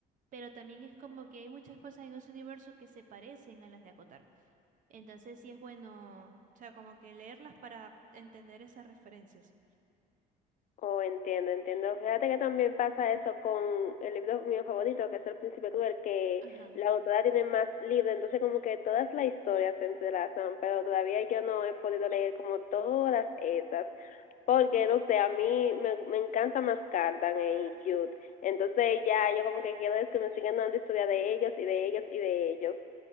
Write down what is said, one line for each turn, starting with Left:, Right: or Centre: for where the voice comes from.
Right: pero también es como que hay muchas cosas en ese universo que se parecen a las de Acotar. Entonces sí es bueno, o sea, como que leerlas para entender esas referencias.
Left: Oh, entiendo, entiendo. Fíjate que también pasa eso con el libro mío favorito, que es El Príncipe Cruel, que
Right: Ajá.
Left: la autora tiene más libros, entonces como que todas las historias se entrelazan, pero todavía yo no he podido leer como todas esas. Porque, no sé, a mí me, me encanta más Cardan en Youth. Entonces ya yo como que quiero es que me sigan dando historia de ellos y de ellos y de ellos.